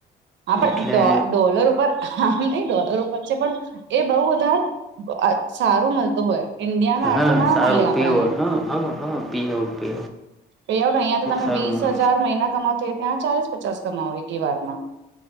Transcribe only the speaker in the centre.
એટલે
હા
સારું
પે હોય, હાં, હાં, હાં P out pay
સારું
મળે